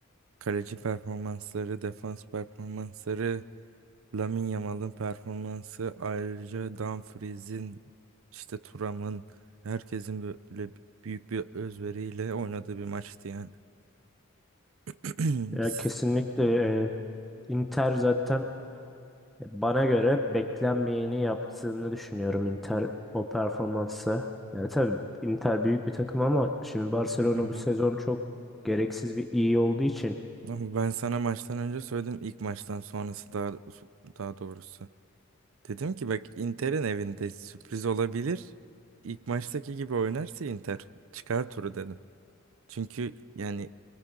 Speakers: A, on the right; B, in the centre.
A: Kaleci performansları, defans performansları, Lamine Yamal'ın performansı, ayrıca Dumfries'in, işte Thuram'ın, herkesin böyle büyük bir özveriyle oynadığı bir maçtı yani. <clears throat>
B: Ya
A: Biz.
B: kesinlikle e, Inter zaten Bana göre beklenmeyeni yaptığını düşünüyorum Inter o performansı. Yani tabii Inter büyük bir takım ama şimdi Barcelona
A: Hı hı.
B: bu sezon çok gereksiz bir iyi olduğu için.
A: Ama Ben sana maçtan önce söyledim ilk maçtan sonrası daha daha doğrusu. Dedim ki bak Inter'in evinde sürpriz olabilir. İlk maçtaki gibi oynarsa Inter çıkar turu dedim. Çünkü yani